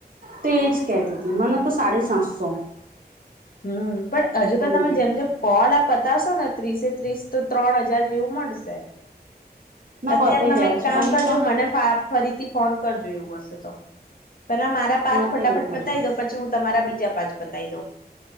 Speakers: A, on the right (about 55°); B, on the left (about 60°).
A: તે એજ કેતી હતી મને તો સાડી સાતસો
B: હમ પણ હજુ
A: હમ
B: તો તમે જેમ જેમ કોલ આપ પતાવશો ને ત્રીસે ત્રીસ તો ત્રણ હજાર જેવું મળે
A: ના
B: અત્યારે
A: પતાય
B: તમે
A: દે
B: એક
A: છે
B: કામ
A: અનિતા
B: કરજો મને ફરીથી ફોન. જોું હશે તો પેલા મારા પાંચ
A: હા
B: ફટાફટ
A: તે એવું કરીશ
B: પતાવી દો પછી હું તમારા બીજા. પાંચ પતાવી દઉં